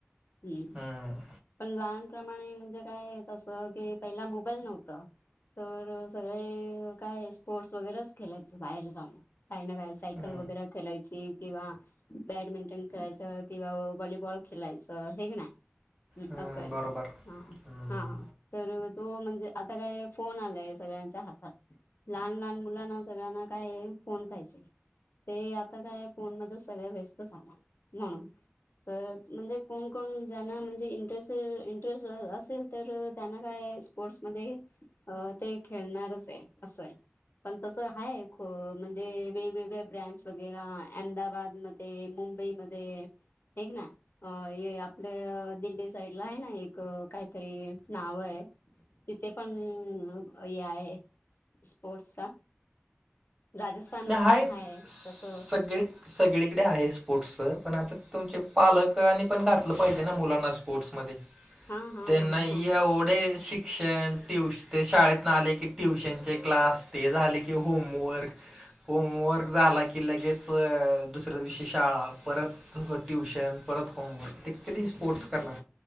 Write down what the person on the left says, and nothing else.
हू
पण लहानप्रमाणे म्हणजे काय तस की पहिला मोबाईल नव्हतं. तर, सगळे काय स्पोर्ट्स वगैरेच खेळायचं बाहेर जाऊन, काही ना काय सायकल
वगैरे खेलायची किंवा बॅडमिंटन खेलायचं किंवा व्हॉलीबॉल खेलायचं हे ग ना? हं,
असं हाय.
हा.
हा, तर तो म्हणजे, आता काय फोन आलाय सगळ्यांच्या हातात. लहान, लहान मुलांना सगळ्यांना काय फोन पाहिजे. ते आता काय फोन मध्ये सगळे वेस्त झालाय, म्हणून. तर म्हणजे, कोण-कोण ज्यांना म्हणजे, इंटरेस्ट, इंटरेस्ट असेल तर त्यांना काय स्पोर्ट्समध्ये अ ते खेळणारच आहे असं हाय, पण तस आहे ख म्हणजे वेगवेगळ ब्रँच वगैरा अहमदाबादमध्ये, मुंबईमध्ये ऐक ना, आपलं दिल्ली साईडला आहे ना, एक काय तरी नाव आहे, तिथे पण हे आहे. स्पोर्ट्सचा राजस्थानला
पण हाय,
तस
हा हा
हा
हा